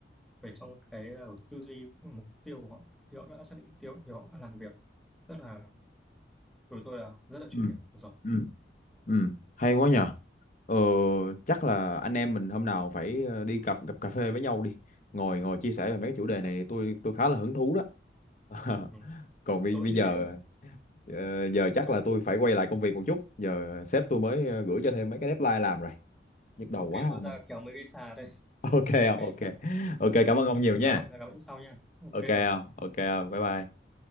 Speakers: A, in the centre; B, on the left.
A: về trong cái ờ, tư duy mục tiêu của họ khi họ đã xác định mục tiêu thì họ đã làm việc rất là của tôi là rất là chuyên
B: ừ
A: nghiệp rồi
B: ừ ừ hay quá nhờ ờ, chắc là anh em mình hôm nào phải ờ, đi gặp gặp cà phê với nhau đi ngồi ngồi chia sẻ về mấy cái chủ đề này tôi tôi khá là hứng thú đó <laughs>
A: ừ.
B: còn bây,
A: tôi
B: bây
A: cũng như
B: giờ
A: thế
B: ờ, giờ
A: Ừ,
B: chắc là tôi phải quay lại công việc một chút giờ sếp tôi mới ờ, gửi cho thêm mấy cái deadline làm rồi nhức đầu
A: ok
B: quá
A: tôi
B: không
A: ra
B: ơi
A: kéo mấy cái xà đây
B: <laughs> ok không
A: ok
B: ok ok
A: yes.
B: cảm ơn ông nhiều
A: hôm
B: nha
A: nào cũng là gặp lại sau nha ok
B: ok không ok không bye bye